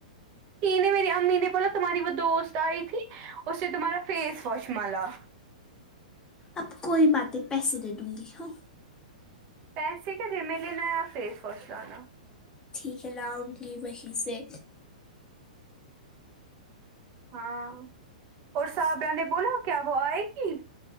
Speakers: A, on the right (about 35°); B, on the left (about 15°).
A: ہی نہیں میری امی نے بولا تمہاری وہ دوست آئی تھی اس نے تمہارا فیس واش مالا
B: اب کوئی باتیں پیسے دے دوں گی ہاں
A: پیسے کا جی میں لینایا فیس واش لانا
B: ٹھیک ہے لاؤں گی وہیں سے
A: ہاں اور صاحبرہ نے بولا کیا وہ آئے گی